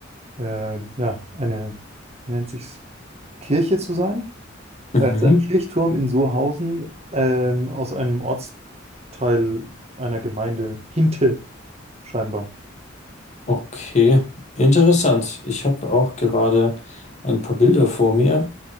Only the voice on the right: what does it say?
äh, ja, eine, wie nennt sich's, Kirche zu sein.
Er ist ein Kirchturm in Sohausen ähm, aus einem Ortsteil einer Gemeinde, Hinte scheinbar.